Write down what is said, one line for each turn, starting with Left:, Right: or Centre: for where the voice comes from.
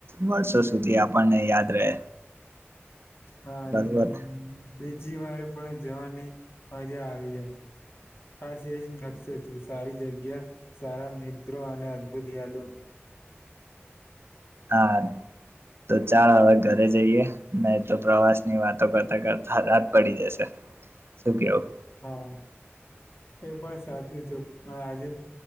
Right: વર્ષો સુધી આપણને યાદ રહે.
Left: હા અને
Right: બરોબર
Left: બે જી વાર પણ જવાની મજા આવી જાય આજ એજ નકશ છે સારી જગ્યા સારા મિત્રો અને અદભુત યાદો.
Right: હા તો ચાલ હવે ઘરે જઈએ નહી તો પ્રવાસ ની વાતો કરતા કરતા રાત પડી જશે શું કેવું.
Left: હા એ પણ સાચું છે પણ આજે